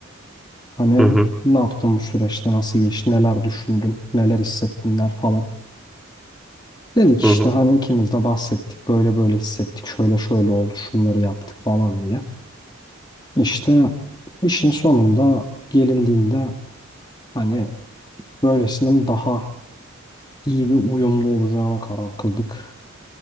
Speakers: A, on the left (about 20°); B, in the centre.
A: Hani
B: Hı hı
A: ne yaptın bu süreçte nasıl geçti neler düşündün neler hissettinler falan. Dedik işte
B: hı hı.
A: hani ikimiz de bahsettik böyle böyle hissettik şöyle şöyle oldu şunları yaptık falan diye. İşte işin sonunda gelindiğinde hani böylesinin daha iyi ve uyumlu olacağına karar kıldık.